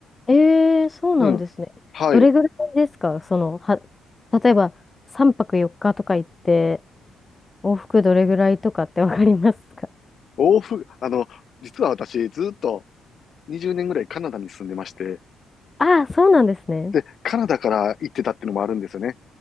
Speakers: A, on the left (about 25°); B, on the left (about 55°).
A: えー、そうなんですね。
B: うん。はい。
A: どれぐらいですかその、は、例えば3泊4日とか行って、往復どれぐらいとかってわかりますか
B: 往復、あの、実は私、ずっと20年ぐらいカナダに住んでまして、
A: ああー、そうなんですね。
B: で、カナダから行ってたっていうのもあるんですよね。